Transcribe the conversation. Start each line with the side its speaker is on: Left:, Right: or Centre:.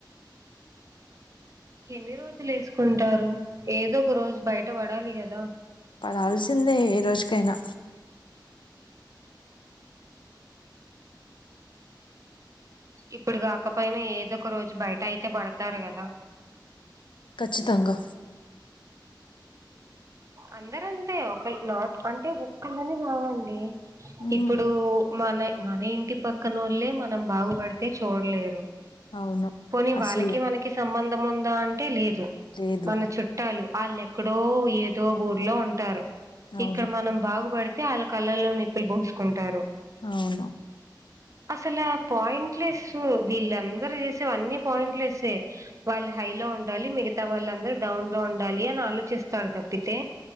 Right: ఎన్ని రోజులు ఎసుకుంటారు ఏదో ఒక రోజు బయట పడాలి గదా
Left: పడాల్సిందే ఏ రోజుకైనా
Right: ఇప్పుడు కాకపోయినా ఏదో ఒక రోజు బయట అయితే పడతారు కదా
Left: ఖచ్చితంగా
Right: అందరంతే ఒక నాట్ అంటే ఒక్కలని కాదండి
Left: ఉమ్
Right: ఇప్పుడు మన మన ఇంటి పక్కనొళ్లే మనం బాగుపడితే చూడలేరు
Left: అవును
Right: పోని
Left: అసూయ
Right: వాళ్ళకి మనకి సంబంధం ఉందా అంటే లేద్ దు
Left: లేదు
Right: మన చుట్టాలు ఆళ్ళు ఎక్కడో ఏదో ఊర్లో ఉంటారు
Left: అవును
Right: ఇక్కడ మనం బాగుపడితే ఆళ్ళ కళ్లలో నిప్పులు పోసుకుంటారు
Left: అవును
Right: అ అసలాపాయింట్లేస్సు వీళ్ళందరుూ చేసేవన్ని పాయింట్లేస్సే వాళ్ళు హైలో ఉండాలి మిగతా వాళ్ళందరు డౌన్ లో ఉండాలి అని ఆలోచిస్తారు తప్పి అయితే